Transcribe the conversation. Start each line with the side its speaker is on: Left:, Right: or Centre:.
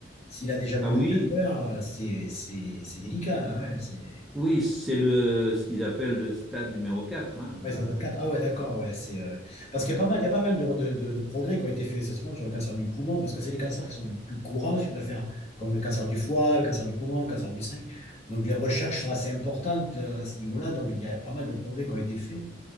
Left: s'il a déjà bougé
Centre: Ah oui,
Left: ailleurs, euh, c'est, c'est, c'est délicat, là. hein, c'est...
Centre: oui, c'est le, ce qu'ils appellent le stade numéro quatre hein.
Left: Ouais, ils en traitent quatre.
Centre: euh,
Left: Ah ouais, d'accord, ouais, c'est, euh, parce qu'il y a pas mal, il y a pas mal de, de- de- de progrès qui ont été faits essentiellement sur le cancer du poumon parce que c'est les cancers qui sont les plus courants, je préfère, comme le cancer du foie, le cancer du poumon, le cancer du sein. Donc les recherches sont assez importantes euh, à ce niveau-là, donc il y a pas mal de progrès qui ont été faits.